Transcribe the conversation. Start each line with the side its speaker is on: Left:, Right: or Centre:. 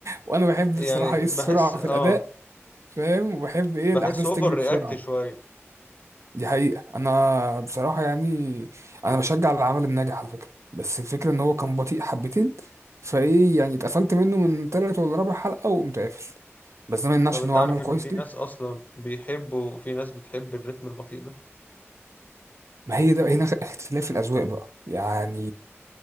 Right: وانا بحب
Left: يعني
Right: بصراحة ايه السرعة
Left: بحس اه
Right: في الاداء فاهم وبحب ايه
Left: بحس
Right: الاحداث
Left: اوفر
Right: تجري
Left: رياكت
Right: بسرعة
Left: شوية
Right: دي حقيقة انا بصراحة يعني انا بشجع العمل الناجح على فكرة بس الفكرة ان هو كان بطيء حبتين فايه يعني اتقفلت منه من تالت ولا رابع حلقة وقمت قافل بس ده ما يمنعش
Left: طب انت
Right: ان هو عمل
Left: عارف ان
Right: كويس
Left: في
Right: جدا
Left: ناس اصلا بيحبوا في ناس بتحب الريتم البطيء ده
Right: ما هي ده هنا اختلاف الاذواق بقى يعني